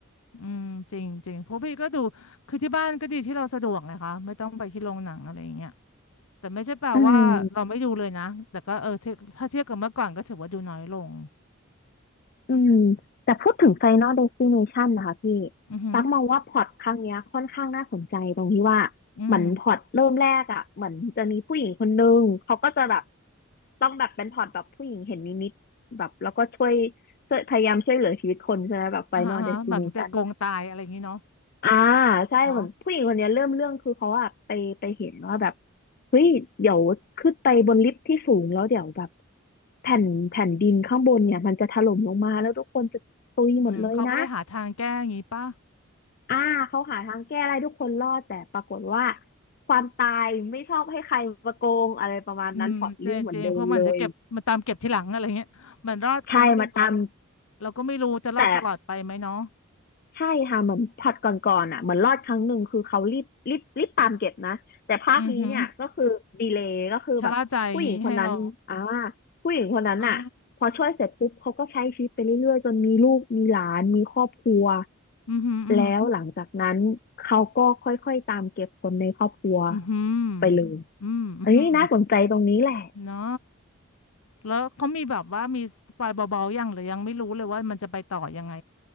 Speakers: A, on the left; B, on the left.
A: อืมจริงจริงเพราะพี่ก็ดูคือที่บ้านก็ดีที่เราสะดวกนะคะไม่ต้องไปที่โรงหนังอะไรอย่างเงี้ยแต่ไม่ใช่แปลว่าเราไม่ดูเลยนะแต่ก็เออถ้าถ้าเทียบกับเมื่อก่อนก็ถือว่าดูน้อยลง
B: อืม อืมแต่พูดถึง Final Destination นะคะพี่
A: อือหือ
B: ตักมองว่าพล็อตครั้งเนี้ยค่อนข้างน่าสนใจตรงที่ว่าเหมือนพล็อตเริ่มแรกอ่ะเหมือนจะมีผู้หญิงคนนึงเขาก็จะแบบ
A: อืม
B: ต้องแบบเป็นพล็อตแบบผู้หญิงเห็นนิมิตแบบแล้วก็ช่วยช่วยพยายามช่วยเหลือชีวิตคนใช่ไหมแบบ Final
A: อ่าฮะอ่าฮะแบบมันจะโกงตายอะไรอย่างนี้เนาะ
B: Destination อ่าใช่เหมือนผู้หญิงคนเนี้ยเริ่มเรื่องคือเขาอะไปไปเห็นว่าแบบ
A: เนาะ
B: เฮ้ยเดี๋ยวขึ้นไปบนลิฟต์ที่สูงแล้วเดี๋ยวแบบแผ่นแผ่นดินข้างบนเนี่ยมันจะถล่มลงมาแล้วทุกคนจะตุยหมดเลยนะ
A: อืมเขาก็เลยหาทางแก้อย่างนี้ป่ะ
B: อ่าเขาหาทางแก้ได้ทุกคนรอดแต่ปรากฏว่าความตายไม่ชอบให้ใครมาโกงอะไรประมาณนั้นพล็อตเรื่องเหมือนเดิมเลย
A: อืมจริงจริงเพราะมันจะเก็บมันตามเก็บทีหลังอะไรเงี้ยมันรอดครั้งหนึ่งแล้ว
B: ใช่มาตาม
A: เราก็ไม่รู้จะรอดตลอดไปไหมเนาะ
B: แต่ ใช่ค่ะเหมือนผลัดก่อนๆอ่ะเหมือนรอดครั้งหนึ่งคือเขารีบรีบรีบตามเก็บนะแต่ภาคนี้เนี่ยก็คือดีเลย์ก็คือแบบผู้หญิงคนนั้นอ่า
A: อือหือชะล่าใจอย่างนี้ให้เรา
B: ผู้หญิงคนนั้นอ่ะพอช่วยเสร็จปุ๊บเขาก็ใช้ชีวิตไปเรื่อยๆจนมีลูกมีหลานมีครอบครัว
A: อ๋ออือหืออือหือ
B: แล้วหลังจากนั้นเขาก็ค่อยๆตามเก็บคนในครอบครัว
A: อือหือ
B: ไปเลย
A: อืมอือหือ
B: เอ้ยน่าสนใจตรงนี้แหละ
A: เนาะแล้วเขามีแบบว่ามีสปอยเบาๆยังหรือยังไม่รู้เลยว่ามันจะไปต่อยังไง